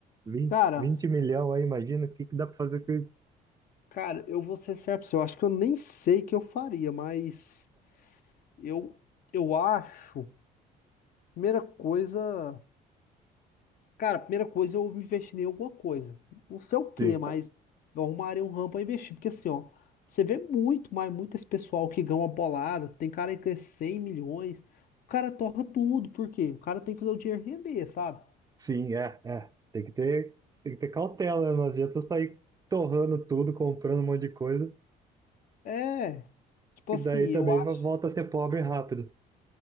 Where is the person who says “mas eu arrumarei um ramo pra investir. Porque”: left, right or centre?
Left